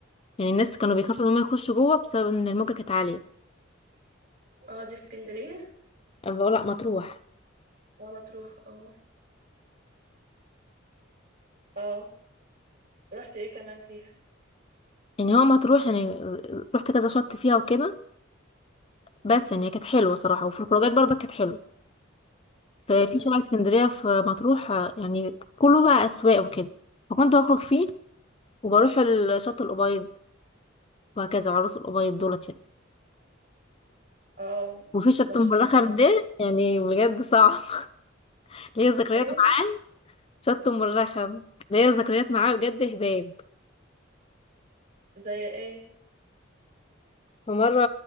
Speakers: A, on the left (about 30°); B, on the right (about 50°).
A: يعني الناس كانوا بيخافوا ان هم يخشوا جوه بسبب ان الموجة كانت عالية
B: اه دي اسكندرية
A: أنا بقول لا مطروح
B: اه مطروح اه اه رحت ايه كمان فيها؟
A: يعني هو مطروح يعني رحت كذا شط فيها وكده بس يعني كانت حلوه صراحه وفي الخروجات برضه كانت حلوه
B: مم.
A: ففي شارع اسكندريه في مطروح آه، يعني كله بقى اسواق وكده فكنت بخرج فيه وبروح الشط الابيض وهكذا عروس الابيض دولت يعني
B: اه
A: وفي شط
B: بشوفها
A: ام الرخم ده يعني بجد صعب <laughs> ليا ذكريات
B: ايه
A: معاه شط ام الرخم ليا ذكريات معاه بجد هباب
B: زي ايه
A: ومره